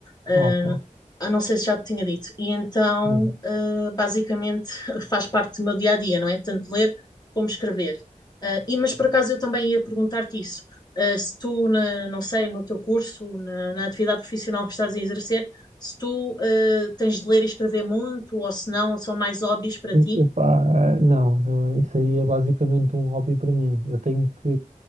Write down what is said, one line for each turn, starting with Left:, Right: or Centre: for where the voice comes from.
Left: Eh,
Right: Ok.
Left: eu não sei se já te tinha dito. E então,
Right: Hum.
Left: eh, basicamente, <laughs> faz parte do meu dia a dia, não é? Tanto ler como escrever. Eh, e, mas por acaso eu também ia perguntar-te isso. Eh, se tu, na- não sei, no teu curso, na, na atividade profissional que estás a exercer, se tu eh, tens de ler e escrever muito, ou se não, são mais hobbies para ti?
Right: Epá, não, não, isso aí é basicamente um hobby para mim. Eu tenho que